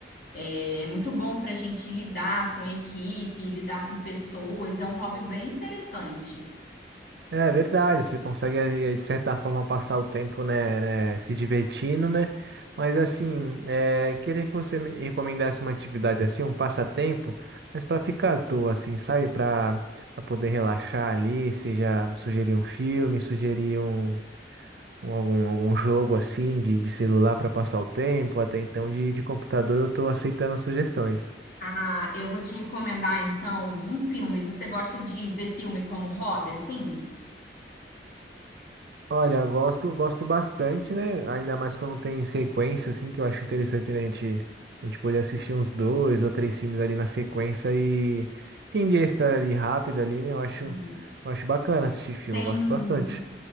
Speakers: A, on the left; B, on the right.
A: É muito bom para a gente lidar com a equipe, lidar com pessoas. É um hobby bem interessante.
B: é verdade, você consegue ali, de certa forma passar o tempo, né, né, se divertindo, né? Mas assim, é, queria que você me recomendasse uma atividade assim, um passatempo, mas para ficar à toa, assim, sabe? Para poder relaxar ali, seja sugerir um filme, sugerir um, um- algum, algum jogo assim de, de celular para passar o tempo, até então de, de computador eu tô aceitando sugestões.
A: Ah, eu vou te recomendar então um filme. Você gosta de ver filme como hobby, assim?
B: Olha, eu gosto, gosto bastante, né? Ainda mais quando tem sequência, assim, que eu acho interessante, né? A gente, a gente poder assistir uns dois ou três filmes ali na sequência e entender a história ali rápido ali, né? Eu acho,
A: Uhum.
B: eu acho bacana assistir filme,
A: Tem.
B: eu gosto bastante.